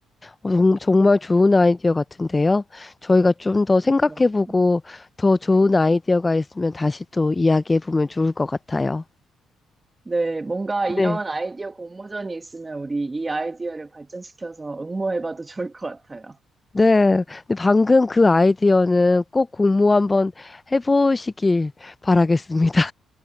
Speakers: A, on the left; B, on the right.
A: 어, 정- 정말 좋은 아이디어 같은데요. 저희가 좀 더 생각해보고
B: 그렇죠. 음.
A: 더 좋은 아이디어가 있으면 다시 또 이야기해보면 좋을 것 같아요.
B: 네, 뭔가 이런
A: 네.
B: 아이디어 공모전이 있으면 우리 이 아이디어를 발전시켜서 응모해봐도 좋을 것 같아요.
A: 네. 근데 방금 그 아이디어는 꼭 공모 한번 해보시길 바라겠습니다.